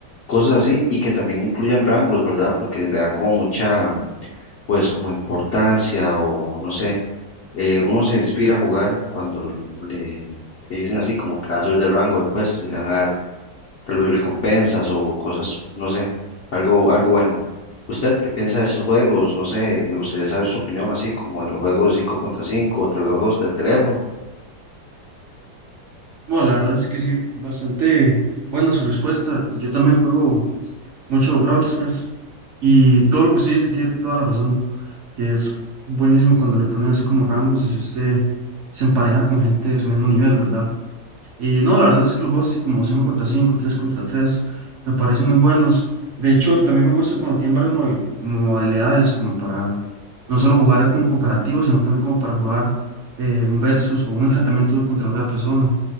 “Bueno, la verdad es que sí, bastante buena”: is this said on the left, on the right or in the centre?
Right